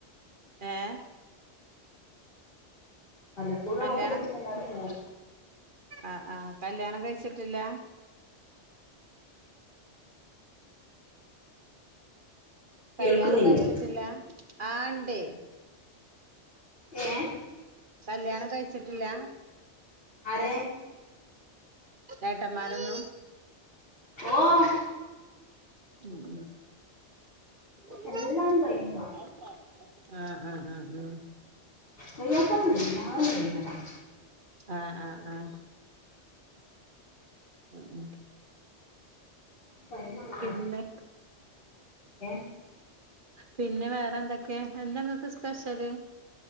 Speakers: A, on the right; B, on the left.
A: ഏഹ്
B: വല്ലപ്പോഴും അങ്ങോട്ടും
A: കല്യാണം
B: ഇങ്ങോട്ടക്കെല്ലരും പോവും
A: ആഹ് ആഹ് കല്യാണം കഴിച്ചിട്ടില്ല
B: കേൾക്കുന്നില്ലേ
A: കല്ല്യാണം കഴിച്ചിട്ടില്ല ആഹ് ണ്ടയ്
B: ഏഹ്
A: കല്യാണം കഴിച്ചിട്ടില്ല
B: ആരെ
A: ഏട്ടമാരുന്നും
B: ഓഹ്
A: ഉം ഉം
B: എല്ലാരും കഴിഞ്ഞതാ
A: ആഹ് ആഹ് ആഹ് ആഹ്
B: അയിനാത്രൊന്നുലാ ന്നാലും വൈന്നേരവും
A: ആഹ് ആഹ് ആഹ് ഉം ഉം
B: കഴിഞ്ഞ അങ്ങട്ട്
A: പിന്നെ
B: പോണം ഏഹ്
A: പിന്നെ വേറെന്തൊക്കെ എന്താങ്ങക്ക് സ്പെഷ്യല്